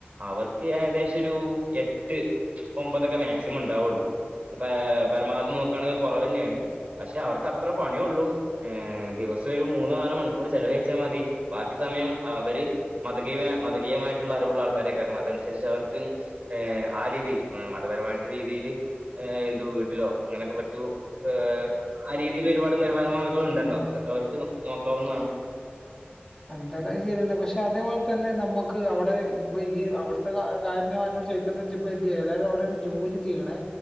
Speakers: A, on the right (about 40°); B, on the left (about 15°).
A: അവർക്ക് ഏകദേശം ഒരു എട്ട് ഒമ്പതൊക്കെ മാക്സിമം ഉണ്ടാവുള്ളൂ അപ്പൊ പരമാവധി നോക്കുകയാണെങ്കിൽ കുറവഞ്ഞെന്നെയാണ് പക്ഷെ അവർക്ക് അത്ര പണിയള്ളൂ ഏഹ് ദിവസം ഒരു മൂന്നോ നാലോ മണിക്കൂർ ചെലവഴിച്ചാൽ മതി ബാക്കി സമയം അവര് മതകീയമായ മതകീയമായിട്ടുള്ള അറിവുള്ള ആൾക്കാരെ കാര്യണം അതനുസരിച്ച് അവർക്ക് ഏ ആ രീതിയിൽ മതപരമായിട്ട രീതിയില് എന്തോ വീട്ടിലോ അങ്ങനെയൊക്കെ പറ്റൊ ഏഫ് ആ രീതിയിൽ ഒരുപാട് വരുമാന മാർഗ്ഗൾ ഉണ്ടല്ലോ അതൊക്കെ അവർക്ക് നോക്കാവുന്നതാണ്
B: എന്തെല്ല ശരിഞ്ഞെ പക്ഷെ അതേപോലെ തന്നെ നമ്മുക്ക് അവിടെ ഇപ്പൊ ഈ അവിടുത്തെ കാര്യം ഞാൻോട് ചോദിക്ക <unintelligible> ഏതാലും അവിടെയാണ് ജോലി ചെയ്യണേ